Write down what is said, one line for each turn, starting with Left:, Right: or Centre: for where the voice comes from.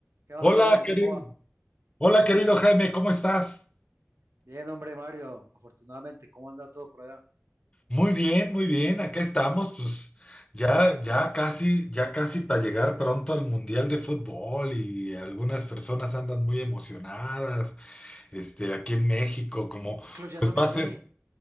Right: ¿Qué más,
Left: Hola,
Right: hombre Mario?
Left: querido,
Right: ¿Cómo va?
Left: hola, querido Jaime, ¿cómo estás?
Right: Bien, hombre Mario, afortunadamente, ¿cómo anda todo por allá?
Left: Muy bien, muy bien, acá estamos, pues ya, ya casi, ya casi para llegar pronto al Mundial de Fútbol y algunas personas andan muy emocionadas, este, aquí en México, como,
Right: Incluyéndome
Left: pues va
Right: a
Left: a
Right: mí.
Left: ser,